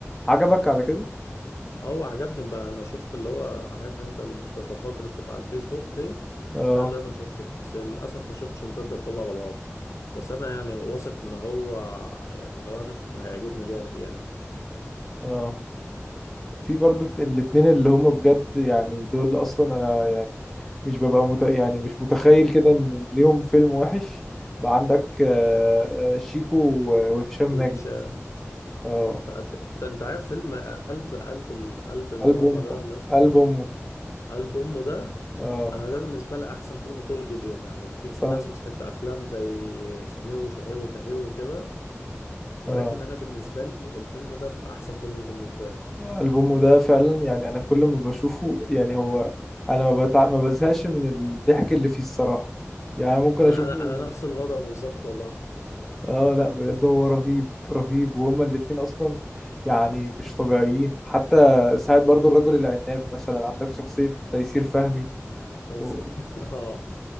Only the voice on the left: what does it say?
اه عجبني بقى انا شفت اللي هو عارف انت المقتطفات اللي بتبقى على الفيسبوك دي
ده اللي انا شفته بس للاسف ما شفتش المسلسل كله على بعضه بس انا يعني واثق ان هو يعني لو انا شفته هيعجبني جامد يعني
وش
انت
أنت- أنت عارف فيلم قلب قلب ال- قلب الماما
ده اللي اسمه
ايه
قلب امه ده
انا ده بالنسبه لي احسن فيلم كوميدي اليوم يعني في
في ناس بتحب افلام زي سمير وشهير وبهير وكده ولكن
انا بالنسبه لي الفيلم ده احسن فيلم بالنسبه لي
انا
انا انا نفس الوضع بالظبط والله
دايسي
<laughs> اه